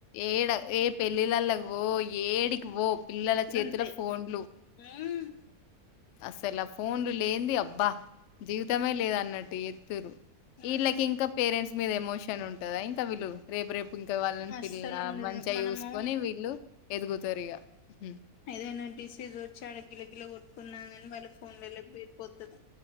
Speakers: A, on the left; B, on the left.
A: ఏడా ఏ పెళ్ళిళ్ళళ్ళకు పో ఏడికి పో పిల్లల చేతుల
B: గంతే
A: ఫోన్లు
B: హ్మ్
A: అస్సలు అ ఫోన్లు లేంది అబ్బా జీవితమే లేదన్నట్టు చేత్తుర్రు
B: హ్మ్
A: వీళ్ళకి ఇంకా పేరెంట్స్ మీద ఎమోషన్ ఉంటదా ఇంకా వీళ్ళు రేపు రేపు ఇంకా వాళ్ళని
B: అస్సలు
A: పిల్ల
B: ఉండదు
A: మంచిగా
B: మనము
A: చూసుకొని వీళ్ళు ఎదుగుతారు ఇగ మ్
B: ఏదైనా డిసీజ్ వచ్చి ఆడగిిల గిల కొట్టుకున్నానని వాళ్ళ ఫోన్ళ్ళ ళ్ళ బిరిపోతరు